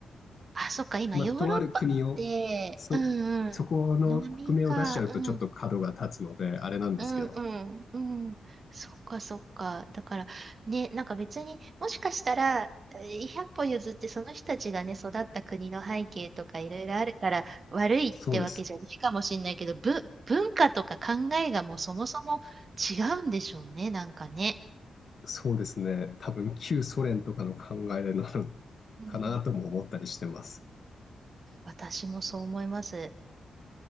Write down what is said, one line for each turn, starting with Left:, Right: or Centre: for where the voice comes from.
Right: あ、そっか、今、
Left: まあ、
Right: ヨーロッパって、
Left: とある国を、そ、
Right: うんう
Left: そこの国名を出しちゃうとちょっと角が立つので、
Right: ん、飲みか、うん、
Left: あれなんですけど、
Right: うんうんうん、そっかそっか。だから、ね、なんか別に、もしかしたら、えー100歩譲ってその人たちがね、育った国の背景とかいろいろあるから、悪いってわけじゃないかもしれないけど、
Left: そうです。
Right: ぶ、文化とか考えがもうそもそも違うんでしょうね、なんかね。
Left: そうですね。多分旧ソ連とかの考えなの <laughs>
Right: うんうん、
Left: かなとも思ったりしてます。
Right: 私もそう思います。